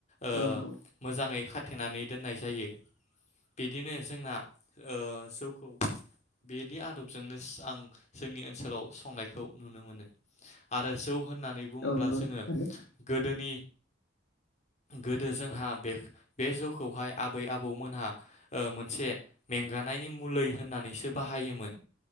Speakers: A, on the left; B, on the left.
A: ओ
B: औ नंगौ
A: मोजाङै खा थेनानै दोननाय जायो बिदिनो जोंना ओ जौखौ बिदि आदबजोंनो आं जोंनि ओनसोलाव संनायखौ नुनो मोनो आरो जौ होन नानै बुङोब्ला
B: औ नंगौ
A: जोङो
B: नोंथां थारैनो
A: गोदोनि गोदो जोंहा बे बे जौ खौहाय आ बै आबौमोनहा ओ मोनसे मेंगानायनि मलै होननानैसो बाहायोमोन